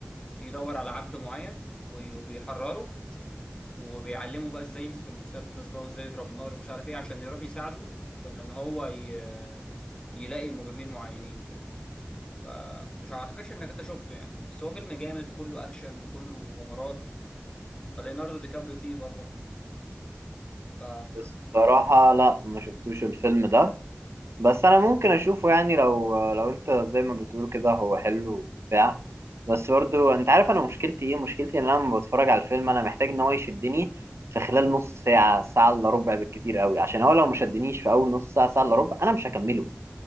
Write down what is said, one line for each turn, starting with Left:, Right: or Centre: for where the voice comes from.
Left: يدور على عبد معين وي- وبيحرره وبيعلمه بقى ازاي يمسك المسدس بقى وازاي يضرب نار ومش عارف ايه عشان يروح يساعده في ان إن هو ي... يلاقي مجرمين معينين وكده فمش اعتقدش انك انت شفته يعني بس هو فيلم جامد وكله اكشن وكله مغامرات ليوناردو دي كابريو فيه برضه ف
Right: الصراحه لا ما شفتوش الفيلم ده بس انا ممكن اشوفه يعني لو لو انت زي ما بتقول كده هو حلو وبتاع بس برضو انت عارف انا مشكلتي ايه مشكلتي ان انا لما بتفرج على الفيلم انا محتاج ان هو يشدني في خلال نص ساعة ساعة الا ربع بالكتير قوي عشان هو لو ما شدنيش في اول نص ساعة ساعة الا ربع انا مش هكمله